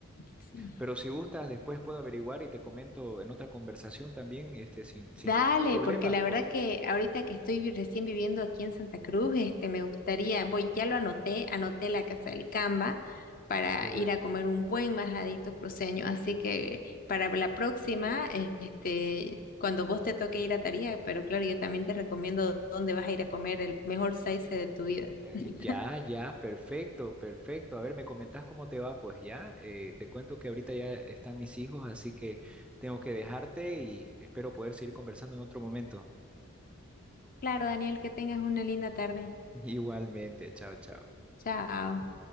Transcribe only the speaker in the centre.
Pero si gustas, después puedo averiguar y te comento en otra conversación también, este, sin,
sin ningún problema,
porque
qué bueno.
Eh,
eh,
Ya, ya, perfecto, perfecto. A ver, me comentás cómo te va, pues ya. Eh, te cuento que ahorita ya están mis hijos, así que tengo que dejarte y espero poder seguir conversando en otro momento.
<laughs> Igualmente, chao, chao.